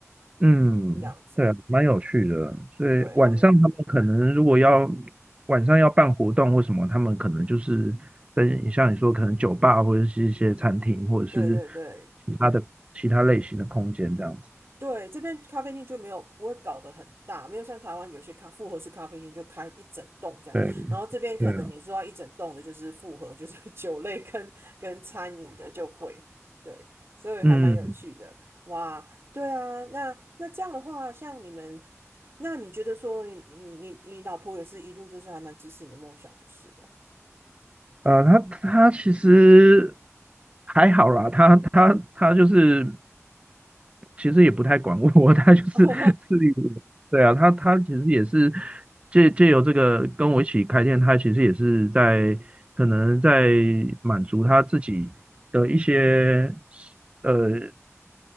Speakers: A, on the right; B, on the right.
A: 嗯，
B: 这样子，
A: 对啊，蛮有趣的。所以晚上他们可能如果要
B: 对他们，
A: 晚上要办活动或什么，他们可能就是在像你说，可能酒吧或者是一些餐厅，或者是
B: 对对对，
A: 其他的其他类型的空间这样子。
B: 对，这边咖啡厅就没有不会搞得很大，没有像台湾有些咖复合式咖啡厅就开一整栋这样，
A: 对。
B: 然后这边可能你说要一整栋的就是复合，
A: 对啊
B: 就是 <laughs> 酒类跟跟餐饮的就会，对，所以还蛮有趣的，
A: 嗯，
B: 哇，对啊，那那这样的话，像你们，那你觉得说你你你你老婆也是一路就是还蛮支持你的梦想就是了，
A: 啊、他他其实还好啦，他他他就是其实也不太管我，<laughs> 他就是自律我。
B: <laughs>
A: 对啊，他他其实也是借借由这个跟我一起开店，他其实也是在可能在满足他自己的一些呃